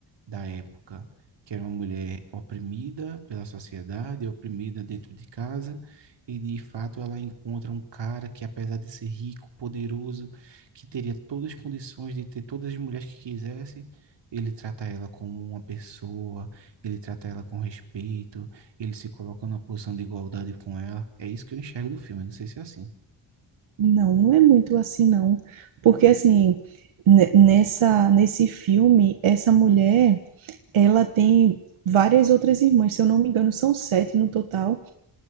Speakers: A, on the right; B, on the right.
A: da época, que era uma mulher oprimida pela sociedade, oprimida dentro de casa, e de fato ela encontra um cara que, apesar de ser rico, poderoso, que teria todas as condições de ter todas as mulheres que quisesse. Ele trata ela como uma pessoa, ele trata ela com respeito, ele se coloca numa posição de igualdade com ela. É isso que eu enxergo do filme, não sei se é assim.
B: Não, não é muito assim, não. Porque, assim, ne- nessa, nesse filme, essa mulher, ela tem várias outras irmãs, se eu não me engano, são sete no total.